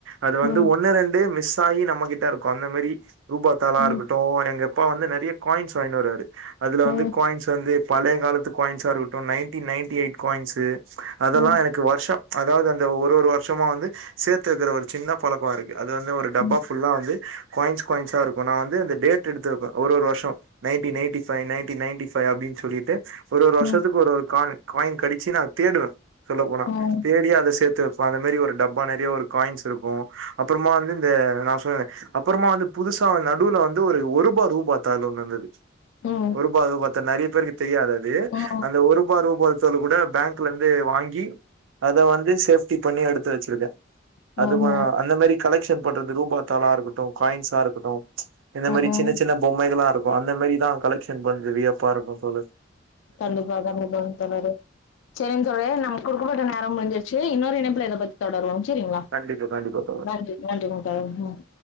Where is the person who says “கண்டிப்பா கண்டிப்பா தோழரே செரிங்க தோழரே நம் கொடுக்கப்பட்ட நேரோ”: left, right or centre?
Left